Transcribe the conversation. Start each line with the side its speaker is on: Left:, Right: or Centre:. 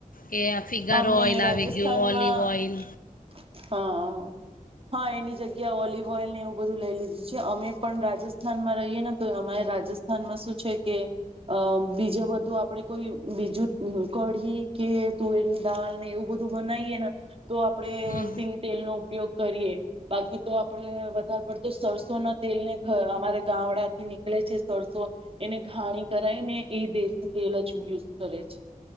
Left: કે આ ફિગારો
Right: અમે
Left: ઓઇલ
Right: રાજસ્થાનમાં
Left: આવી ગયું ઓલિવ ઓઇલ
Right: હા હા એની જગ્યા ઓલિવ ઓઇલ ને એવું બધું લઈ લીધું છે. અમે પણ રાજસ્થાનમાં રહીએ ને તો અમારે રાજસ્થાનમાં શું છે કે અ બીજું બધું આપણે કોઈ બીજું કઢી કે તુવેરની દાળ ને એવું બધું બનાવીએ ને તો આપણે
Left: હમ
Right: સિંગ તેલ નો ઉપયોગ કરીએ. બાકી તો આપડણે વધારે પડતો સરસો ના તેલ ને અમારા ગામડા થી નીકળે છે સરસો એને ઘાણી કરાઈને એ દેશી તેલ હજુ યુઝ કરે છે.